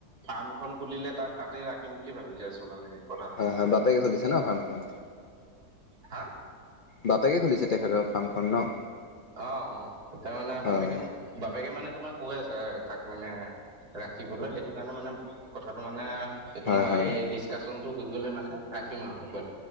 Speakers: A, on the right; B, on the left.
A: ফাৰ্ম খন খুলিলে তাক তাতে ৰাখিম বুলি ভাবি আছোঁ মানে। কথাটো
B: হয় হয় বপেকে খুলিছেনে ফাৰ্মখন।
A: হা
B: বাপেকে খুলিছে তেখেতৰ ফাৰ্মখন ন।
A: অ অ এতিয়া মানে বাপেকে
B: অ'
A: মোক বাপেকে মানে তোমাৰ কৈ আছে তাক মানে ৰাখিবলৈ সেইটো কাৰণে মানে কথাটো মানে তোমাৰ
B: হয় হয়।
A: এই ডিচকাশচন। হৈ গ'লে মানে ৰাখিম আৰু উপ।